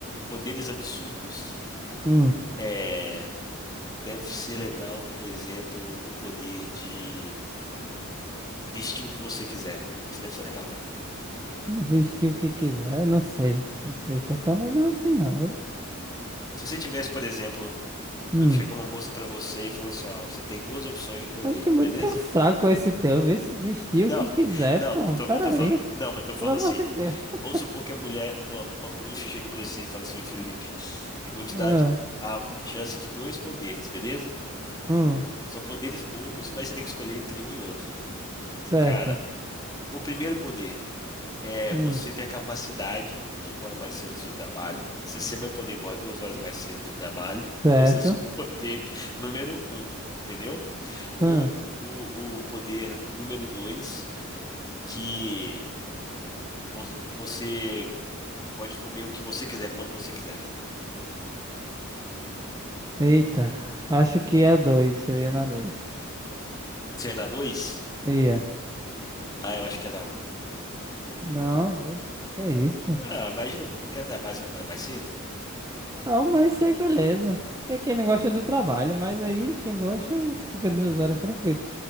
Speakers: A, on the left; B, on the right.
A: poderes absurdos.
B: Hum.
A: É, deve ser legal, por exemplo, o poder de vestir o que você quiser. Isso deve ser legal.
B: Vestir o que quiser, não sei. Não sei se é tão legal assim, não. mas-
A: Se você tivesse, por exemplo,
B: Hum.
A: chegou uma moça pra você e falou assim, ó, você tem duas opções de poderes,
B: Acho muito
A: beleza?
B: fraco esse teu. vê se Vestir
A: Não,
B: o que quiser,
A: não,
B: pô.
A: tô-
B: Peraí.
A: eu tô falando, não, mas tô falando
B: Pelo amor
A: assim.
B: de Deus. <laughs>
A: Vamos supor que a mulher, uma, uma bruxa chega pra você e fala assim, Felipe, eu vou te
B: Ah,
A: dar de- a chance de dois poderes, beleza?
B: hum,
A: São poderes bobos, mas você tem que escolher entre um e outro.
B: certo.
A: Cara, o primeiro poder é
B: Hum,
A: você ter a capacidade de ir embora mais cedo do seu trabalho. Você sempre vai poder ir embora duas horas mais cedo do trabalho. <laughs>
B: certo.
A: Esse é o seu <laughs> poder número um, entendeu?
B: Hum.
A: Ou o, o poder número dois, que vo- você pode comer o que você quiser quando você quiser.
B: Eita, acho que é dois. Eu ia na dois.
A: Você é na dois?
B: Ia.
A: Ah, eu acho que é na um.
B: Não, né, que é isso?
A: Ah, imagina, pô, qualquer trabalho você vai embora mais cedo.
B: Ah, mas isso aí, beleza. Que é quem não gosta do trabalho, mas aí quem gosta fica duas horas tranquilo.